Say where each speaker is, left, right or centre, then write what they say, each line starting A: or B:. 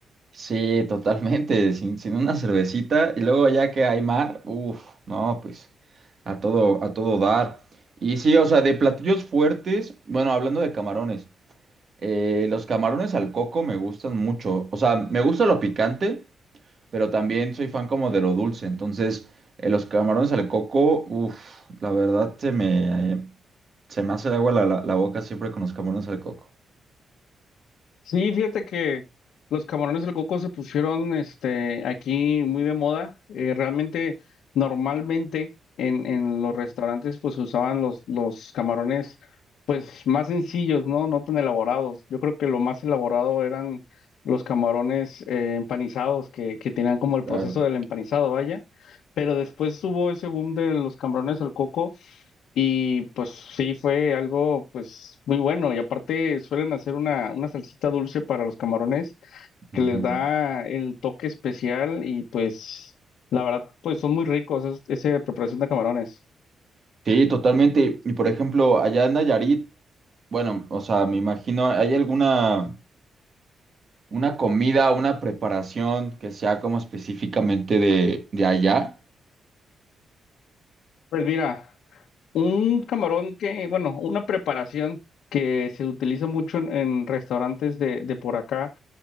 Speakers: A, on the right (about 40°); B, on the left (about 85°).
A: Sí, totalmente, sin, sin una cervecita y luego ya que hay mar, uff, no, pues a todo, a todo dar. Y sí, o sea, de platillos fuertes, bueno, hablando de camarones, eh, los camarones al coco me gustan mucho, o sea, me gusta lo picante, pero también soy fan como de lo dulce, entonces eh, los camarones al coco, uff, la verdad se me, eh, se me hace de agua la, la- la boca siempre con los camarones al coco.
B: Sí, fíjate que los camarones al coco se pusieron este aquí muy de moda. Eh, realmente, normalmente en, en los restaurantes pues se usaban los, los camarones pues más sencillos, ¿no? No tan elaborados. Yo creo que lo más elaborado eran los camarones eh, empanizados que, que tenían como el
A: Claro.
B: proceso del empanizado, vaya. Pero después hubo ese boom de los camarones al coco y pues sí, fue algo pues muy bueno. Y aparte suelen hacer una, una salsita dulce para los camarones que
A: Ujú.
B: les da el toque especial y pues la verdad pues son muy ricos es- esa preparación de camarones.
A: Sí, totalmente. Y por ejemplo, allá en Nayarit, Bueno, o sea, me imagino, ¿hay alguna una comida, una preparación que sea como específicamente de, de allá?
B: Pues mira, un camarón que, bueno, una preparación que se utiliza mucho en, en restaurantes de, de por acá,